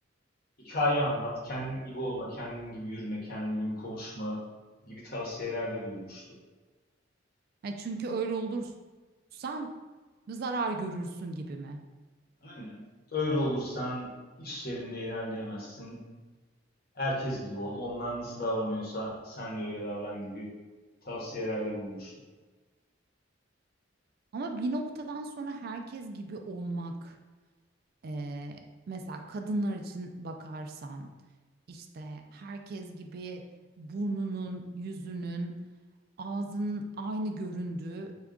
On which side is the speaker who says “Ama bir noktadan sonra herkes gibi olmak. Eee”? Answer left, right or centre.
Right